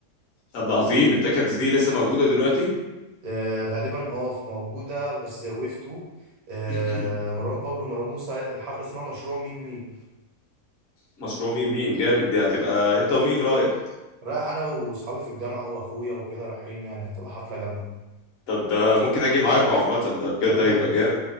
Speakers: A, on the left; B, on the right.
A: طب ده عظيم التيكتس دي لسه موجوده دلوقتي
B: آه غالبا اه في موجودة بس ويف 2 آه
A: <clears throat>
B: مروان بابلو ومروان موسى حفلة اسمها مشروع ميم ميم
A: مشروع ميم ميم جامد دي هتبقى انت ومين رايح
B: رايح انا واصحابي في الجامعة واخويا وكده رايحين يعني هتبقى حفلة جامدة
A: طب ده ممكن اجي معاكم عامة ده بجد
B: يلا
A: هيبقى
B: يا باشا
A: جامد